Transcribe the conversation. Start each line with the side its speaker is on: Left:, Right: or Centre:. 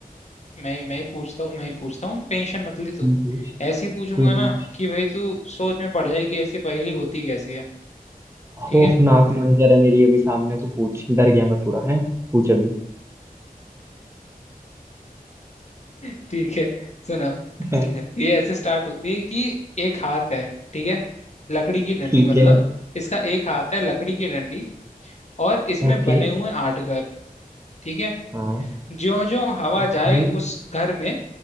Left: मैं मैं ही पूछता हूँ मैं ही पूछता हूँ टेंशन मत ले तू
Right: तू पूछ
Left: ऐसी पूछूंगा
Right: तू ही
Left: ना
Right: पूछ
Left: कि भाई तू सोच में पड़ जाए कि ऐसी पहेली होती कैसी है
Right: खौफनाक
Left: ठीक है
Right: मंजर है मेरी अभी सामने तू पूछ डर गया मैं पूरा है पूछ अभी
Left: <laughs> ठीक है सुनो
Right: <laughs> हाँ,
Left: ये ऐसे स्टार्ट होती है कि एक हाथ है ठीक है लकड़ी की डंडी
Right: ठीक
Left: मतलब
Right: है
Left: इसका एक हाथ है लकड़ी की डंडी और इसमें
Right: ओके
Left: बने हुए आठ घर ठीक है
Right: हाँ
Left: ज्यो ज्यो हवा
Right: ओके
Left: जाए उस घर में